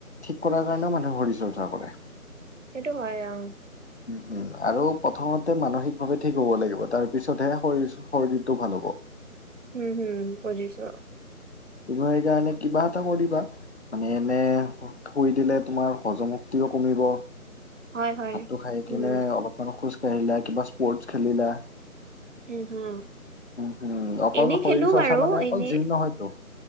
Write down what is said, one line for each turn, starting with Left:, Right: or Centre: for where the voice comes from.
Left: ঠিক কৰাৰ কাৰণেও মানুহে শৰীৰ চৰ্চা কৰে।
Right: সেইটো হয় অ'।
Left: উম, আৰু প্ৰথমতে মানসিকভাৱে ঠিক হ'ব লাগিব তাৰ পিছতহে শৰীৰ শৰীৰটো ভাল হ'ব।
Right: উম, হম বুজিছো অ।
Left: কিবা সেইকাৰনে কিবা এটা কৰিবা। মানে এনে থৈ দিলে তোমাৰ হজম শক্তিও কমিব।
Right: হয় হয়
Left: ভাতটো খাই কিনে
Right: উম
Left: অলপমান খোজ কাঢ়িলা কিবা স্পৰ্টছ খেলিলা।
Right: উম হম
Left: উম, হম অকল
Right: এনেই
Left: শৰীৰ
Right: খেলো
Left: চৰ্চা
Right: বাৰু
Left: মানে অকল
Right: এনেই
Left: জিম নহয় ত।